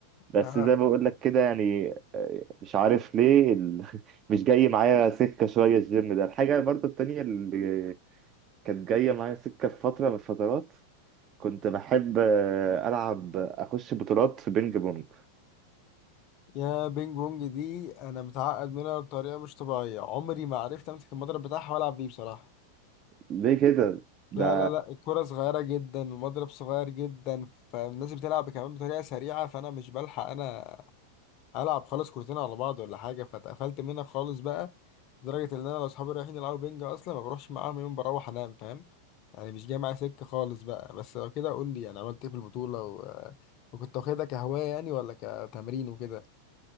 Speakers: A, on the right (about 30°); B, on the left (about 40°).
A: بس
B: آه.
A: زي ما بقول لك كده يعني آه، مش عارف ليه ال... <laughs> مش جاي معايا سكة شوية الجيم ده الحاجة برضو التانية اللي كانت جاية معايا سكة في فترة من الفترات كنت بحب آه، ألعب أخش بطولات في بينج بونج
B: يا بينج بونج دي انا متعقد منها بطريقة مش طبيعية عمري ما عرفت امسك المضرب بتاعها والعب بيه بصراحة
A: ليه كده ده
B: لا لا لا الكرة صغيرة جدا المضرب صغير جدا فالناس بتلعب كمان بطريقة سريعة فأنا مش بلحق أنا ألعب خالص كورتين على بعض ولا حاجة فاتقفلت منها خالص بقى لدرجة إن أنا لو صحابي رايحين يلعبوا بينج أصلا ما بروحش معاهم يوم بروح أنام فاهم يعني مش جاي معايا سكة خالص بقى بس لو كده قول لي يعني عملت إيه في البطولة و... وكنت واخدها كهواية يعني ولا كتمرين وكده